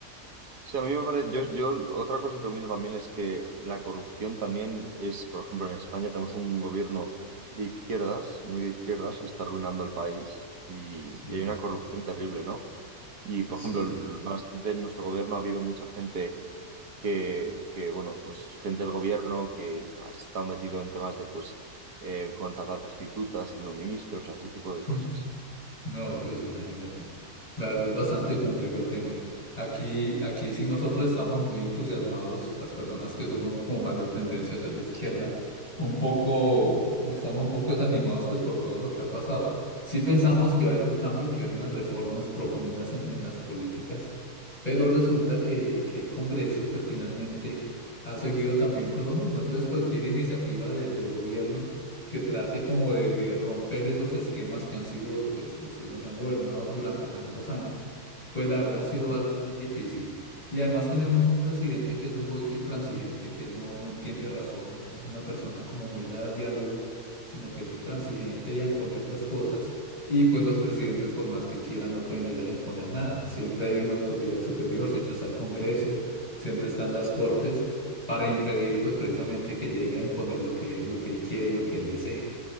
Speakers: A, on the right; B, on the left.
A: Sí, a mí me parece, yo, yo otra cosa que opino también es que la corrupción también es, por ejemplo, en España tenemos un gobierno de izquierdas, muy de izquierdas, que está arruinando el país y,
B: Sí,
A: y hay una corrupción terrible, ¿no? Y, por
B: sí.
A: ejemplo, el- bastante en nuestro gobierno ha habido mucha gente que, que, bueno, pues gente del gobierno que ha estado metido en temas de, pues, eh, contratar prostitutas, siendo ministros, ese tipo de cosas.
B: Mm, No, pues imagínate. La verdad es bastante complejo el tema. Aquí, aquí sí nosotros estamos muy entusiasmados, las personas que somos como más de tendencia hacia la izquierda, un poco, o estamos un poco desanimados pues por todo lo que ha pasado. Sí pensamos que va a haber un cambio, que va a haber unas reformas profundas en, en las políticas, pero resulta que, que el Congreso pues finalmente ha seguido también con lo mismo. Entonces cualquier iniciativa del, del gobierno que trate como de, de romper esos esquemas que han sido pues, los que nos han gobernado durante tantos años, pues la verdad ha
A: Ujú,
B: sido algo bien difícil. Y además tenemos un presidente que es un poquito intransigente, que él no, no entiende razones, no es una persona como muy dada al diálogo, sino que es intransigente y a imponer las cosas. Y pues los presidentes, por más que quieran, no pueden llegar a imponer nada. Siempre hay una autoridad superior, siempre está el Congreso, siempre están las Cortes para impedir pues precisamente que llegue a imponer lo que, lo que él quiera y lo que él desee.